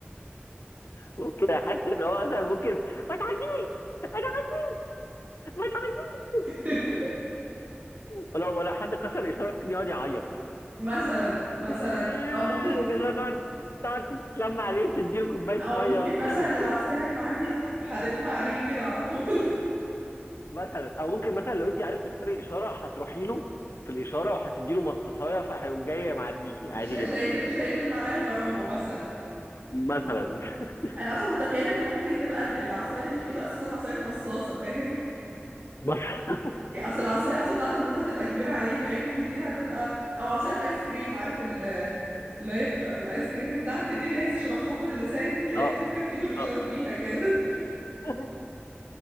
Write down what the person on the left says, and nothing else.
ممكن احس ان هو مثلا ممكن ما تعديش ما تعديش ما تعديش
ولو ولا حد كسر اشاره ممكن يقعد يعيط
إيه،
ونقول تقعد تقعد تتلم عليه وتديله كوبايه
ميه
وت...
<laughs>
مثلا او ممكن مثلا لو انت عايزه تكسري اشاره هتروحي له في الاشاره وهتديله مصاصايه فهيقوم جاي معديكي
عادي
جدا
مثلا <laughs>
مثلا
اه
اه
<laughs>